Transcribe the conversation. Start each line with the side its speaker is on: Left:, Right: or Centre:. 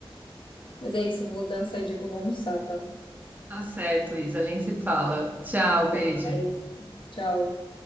Left: Mas é isso, eu vou dar uma saidinha que eu vou almoçar, tá?
Right: Tá certo, Isa, a gente se fala. Tchau,
Left: Até
Right: beijo.
Left: mais. Tchau.